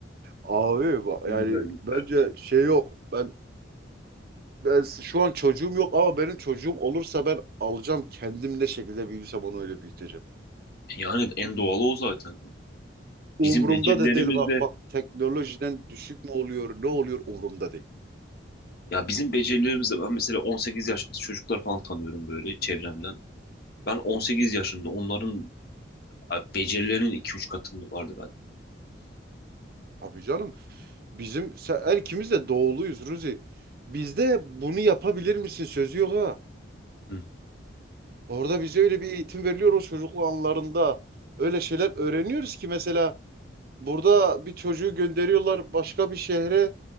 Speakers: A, on the right (about 50°); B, on the left (about 50°).
A: Abi ba-
B: Ne
A: yani
B: güzel günler.
A: bence şey yok. Ben ben şu an çocuğum yok ama benim çocuğum olursa ben alacağım kendim ne şekilde büyürsem onu öyle büyüteceğim.
B: Yani en doğalı o zaten.
A: Umurumda
B: Bizim becerilerimizle
A: da değil bak bak teknolojiden düşük mü oluyor ne oluyor umurumda değil.
B: ya bizim becerilerimizle ben mesela 18 yaşında çocuklar falan tanıyorum böyle çevremden. Ben 18 yaşında onların becerilerinin 2-3 katında vardı bende.
A: Abi canım bizim sen, her ikimiz de doğuluyuz Ruzi. Bizde bunu yapabilir misin sözü yok ha.
B: Hı.
A: Orada bize öyle bir eğitim veriliyor o çocukluk anlarında. Öyle şeyler öğreniyoruz ki mesela Burada bir çocuğu gönderiyorlar başka bir şehre.